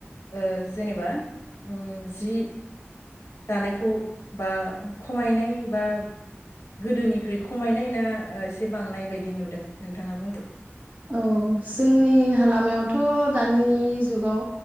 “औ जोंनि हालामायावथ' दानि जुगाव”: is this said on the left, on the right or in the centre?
Right